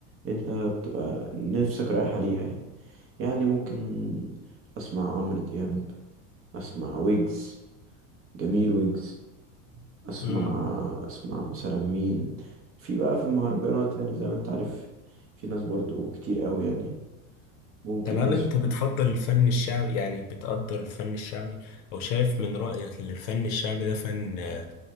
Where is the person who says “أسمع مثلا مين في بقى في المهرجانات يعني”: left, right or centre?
Right